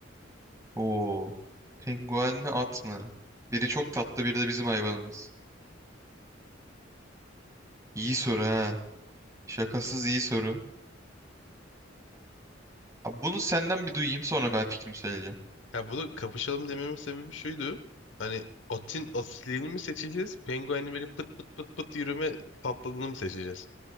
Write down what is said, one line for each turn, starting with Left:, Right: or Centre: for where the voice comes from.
Right: Oo. Penguen mi at mı? Biri çok tatlı biri de bizim hayvanımız. İyi soru ha. Şakasız iyi soru. Abi bunu senden bir duyayım sonra ben fikrimi söyleyeceğim.
Left: Ya bunu kapışalım dememin sebebi şuydu. Hani otin asilini mi seçeceğiz? Penguenin böyle pıt pıt pıt pıt yürüme tatlılığını mı seçeceğiz?